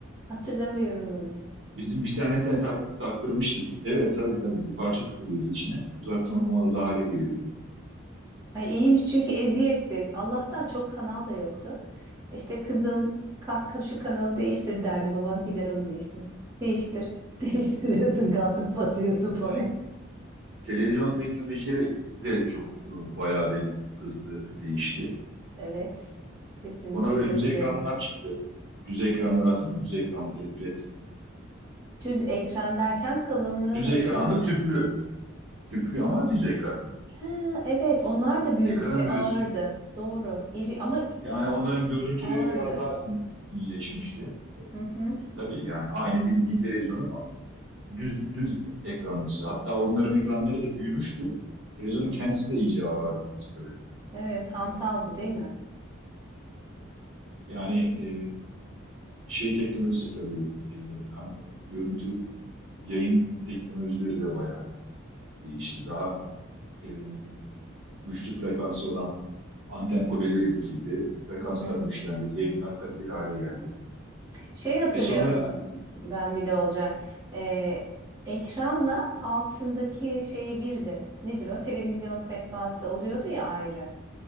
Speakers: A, on the right (about 15°); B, on the right (about 65°).
A: <laughs> hatırlamıyorum
B: Bizim bir tanesine tak, taktırmıştık. Evet tabii tabii bir parça takılıyordu içine. Uzaktan
A: onu.
B: kumanda da hale geliyordu.
A: Ay iyiymiş çünkü eziyetti. Allah'tan çok kanal da yoktu. İşte kızım kalk kalk şu kanalı değiştir derdi babam gider onu değiştirir. Değiştir. <laughs> Değiştiriyorsun kalkıp basıyorsun falan.
B: Yani televizyon teknolojileri de çok e, bayağı bir hızlı değişti.
A: Evet. Kesinlikle
B: Sonra böyle
A: katılıyorum.
B: düz ekranlar çıktı. Düz ekranlar hatırlıyor musun? Düz ekranlı telefon. Evet.
A: Düz ekran derken kalınlığı
B: Düz
A: nasıldı?
B: ekranlı tüplü. Tüplü ama düz ekran.
A: Ha, evet onlar da büyük
B: Ekranın
A: ve ağırdı.
B: düz.
A: Doğru. İri ama i-
B: Yani
A: i-
B: onların görüntüleri
A: ağırdı.
B: biraz daha iyileşmişti. E,
A: Hı hı.
B: e, tabii yani aynı bildiğin televizyonun düz düz ekranlısı. Hatta onların ekranları da büyümüştü. Televizyonun
A: Hı
B: kendisi
A: hı.
B: de iyice ağırlaşmıştı tabii.
A: Evet hantaldı değil mi?
B: Yani e, şey teknolojisi tabii e, kana- görüntü yayın teknolojileri de bayağı değişti. Daha e, güçlü frekansı olan anten kuleleri dikildi. Frekanslar
A: Hı hı.
B: güçlendi. Yayınlar kaliteli hale geldi.
A: Şey hatırlıyorum
B: E sonra
A: ben bir de Olcay. Ee, ekranla altındaki şeyi birdi. Nedir o? Televizyon sehpası oluyordu ya ayrı.